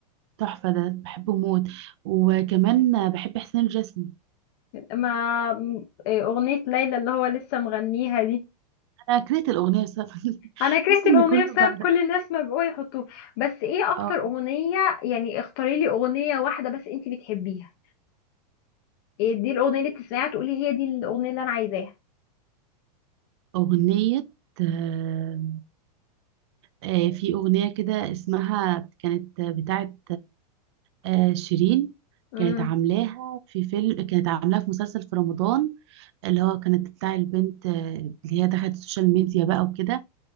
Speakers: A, on the right (about 40°); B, on the left (about 35°).
A: تحفة ده بحبه موت وكمان بحب حسين الجسمي
B: ما م- إيه، أغنية ليلى اللي هو لسه مغنيها دي
A: كانت الأغنية بسبب <laughs>
B: أنا كرهت
A: تحس إن
B: الأغنية
A: كله
B: بسبب
A: بعد
B: كل الناس ما بقوا يحطوها بس إيه أكتر
A: اه
B: أغنية يعني اختاري لي أغنية واحدة بس أنتي بتحبيها إيه دي الأغنية اللي بتسمعيها تقولي هي دي الأغنية اللي أنا عايزاها
A: أغنية آه، آه، في أغنية كده اسمها كانت بتاعت آه، شيرين
B: امم
A: كانت عاملاها في فيلم كانت عاملاها في مسلسل في رمضان اللي هو كانت بتاع البنت آه، اللي هي دخلت السوشيال ميديا بقى وكده